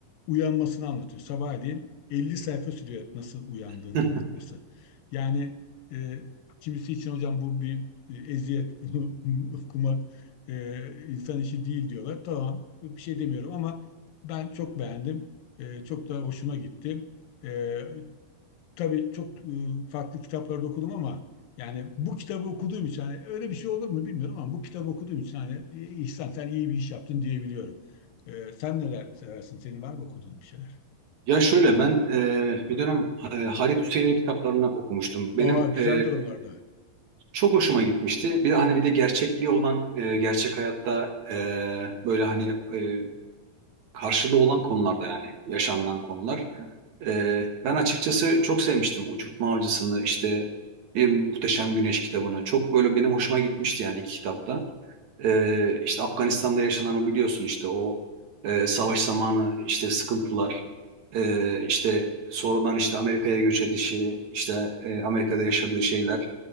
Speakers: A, on the left (about 80°); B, on the right (about 60°).
A: uyanmasını anlatıyor. Sabahleyin 50 sayfa sürüyor nasıl uyandığını
B: <laughs>
A: anlatması. Yani e, kimisi için hocam bu bir e, eziyet, bunu <laughs> okumak e, insan işi değil diyorlar. Tamam, bir şey demiyorum ama ben çok beğendim. E, çok da hoşuma gitti. E, tabii çok e, farklı kitaplarda okudum ama yani bu kitabı okuduğum için hani öyle bir şey olur mu bilmiyorum ama bu kitabı okuduğum için hani e, İhsan sen iyi bir iş yaptın diyebiliyorum. E, sen neler seversin? Senin var mı okuduğun bir şeyler?
B: Ya şöyle ben e, bir dönem e, Halit Hüseyin'in kitaplarını okumuştum. Benim
A: Aa güzel
B: e,
A: durumlarda.
B: çok hoşuma gitmişti. Bir de hani bir de gerçekliği olan e, gerçek hayatta e, böyle hani e, karşılığı olan konularda yani yaşanılan konular. E, ben açıkçası çok sevmiştim Uçurtma Avcısı'nı işte Bir Muhteşem Güneş kitabını. Çok böyle benim hoşuma gitmişti yani iki kitapta. Ee, işte Afganistan'da yaşanan o biliyorsun işte o e, savaş zamanı işte sıkıntılar e, işte sonradan işte Amerika'ya göç edişi işte e, Amerika'da yaşadığı şeyler